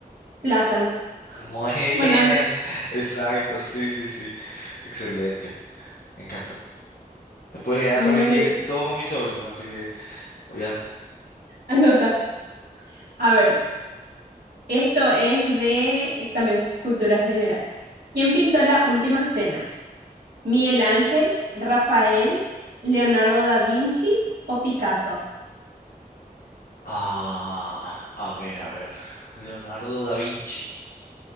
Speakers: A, on the right; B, on the left.
A: Plátano.
B: Muy
A: Banana.
B: bien. Exacto, sí, sí, sí. Excelente. Me encantó. Después voy a
A: Muy
B: repetir
A: bien,
B: todo con mi sobrino, así que voy a
A: anota. A ver. Esto es de también cultura general. ¿Quién pintó la última cena? ¿Miguel Ángel, Rafael, Leonardo da Vinci o Picasso?
B: Ah, a ver, a ver. Leonardo da Vinci.